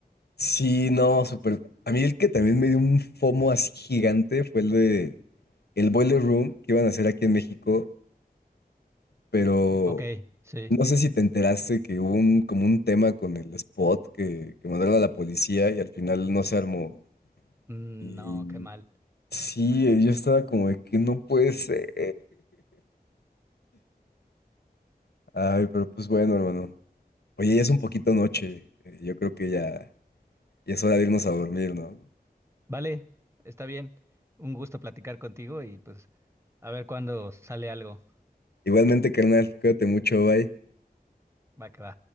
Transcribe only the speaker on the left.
Sí, no, súper. A mí el que también me dio un FOMO así gigante fue el de el Boiler Room que iban a hacer aquí en México, pero
no sé si te enteraste que hubo un, como un tema con el spot que, que mandaron a la policía y al final no se armó.
Y
Sí, eh, yo estaba como de que no puede ser. <laughs> Ay, pero pues bueno, hermano. Oye, ya es un poquito noche. eh, Yo creo que ya, ya es hora de irnos a dormir, ¿no?
Igualmente, carnal, cuídate mucho, bye.